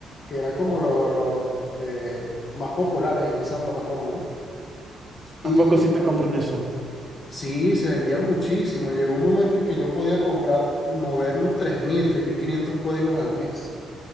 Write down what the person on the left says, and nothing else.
que eran como lo- los eh, más populares en esa plataforma, ¿no? Y,
Sí, se vendían muchísimo. Llegó un momento en que yo podía comprar, movernos tres tres mil, tres mil quinientos códigos al mes.